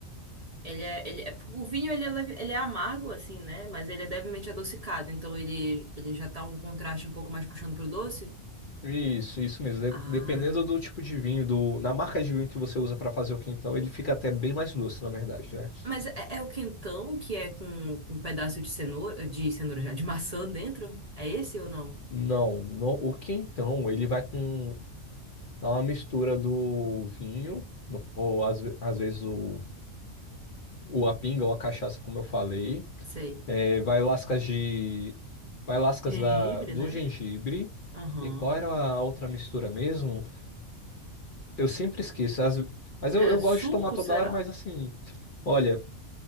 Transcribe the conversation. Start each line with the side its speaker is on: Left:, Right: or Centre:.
Right: Ele é, ele é, o vinho ele é, leve- ele é amargo assim, né? Mas ele é levemente adocicado, então ele, ele já tá um contraste um pouco mais puxando pro doce.
Left: Isso, isso mesmo.
Right: Ah,
Left: De- Dependendo do tipo de vinho, do, na marca de vinho que você usa para fazer o quentão, ele fica até bem mais doce, na verdade, né?
Right: Mas é, é o quentão que é com, com um pedaço de cenoura, de cenoura já, de maçã dentro? É esse ou não?
Left: Não, no- o quentão, ele vai com É uma mistura do vinho, ou às, ve- às vezes o, o a pinga ou a cachaça, como eu falei.
Right: Sei.
Left: É, vai lascas de. Vai lascas
Right: Gengibre,
Left: da, do
Right: né?
Left: gengibre.
Right: Aham.
Left: E qual era a outra mistura mesmo? Eu sempre esqueço. As, mas
Right: É
Left: eu, eu
Right: suco,
Left: gosto de tomar toda
Right: será?
Left: hora, mas assim. Olha,